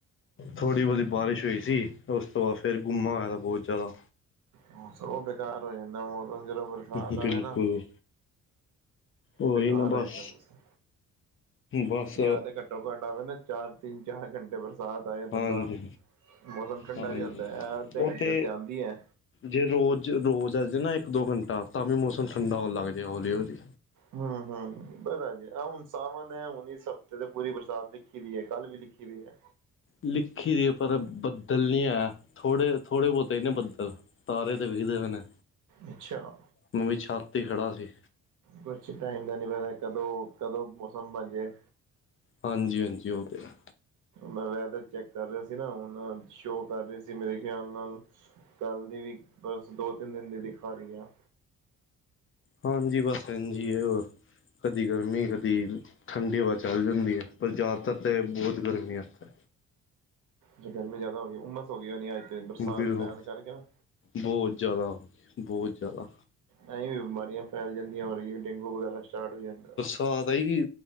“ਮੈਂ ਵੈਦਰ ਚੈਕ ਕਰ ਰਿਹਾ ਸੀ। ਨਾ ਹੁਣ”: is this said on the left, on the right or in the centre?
Right